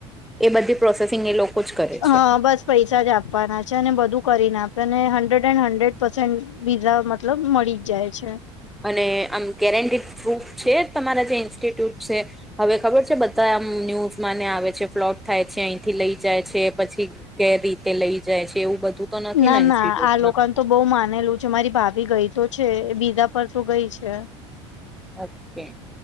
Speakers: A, in the centre; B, on the left.
A: એ બધી પ્રોસેસિંગ એ લોકો જ કરે છે.
B: હા બસ પૈસા જ આપવાના છે અને બધું કરીને આપે અને હંડ્રેડ એન્ડ પર્સેન્ટ વીઝા મતલબ મળી જ જાય છે.
A: અને આમ કેરેન્ડી ફ્રૂટ છે તમારા જે ઇન્સ્ટિટ્યુટ છે હવે ખબર છે બધા આમ ન્યૂઝ માને આવે છે ફ્લોટ થાય છે અહીંથી લઈ જાય છે પછી કેર રીતે લઈ જાય છે એવું બધું તો નથી
B: ના
A: ઇન્સ્ટિટ્યુટમાં
B: ના આ લોકોને તો બઉુ માનેલું છે મારી ભાભી ગઈ તો છે બીજા પર તો ગઈ છે.
A: ઓકે.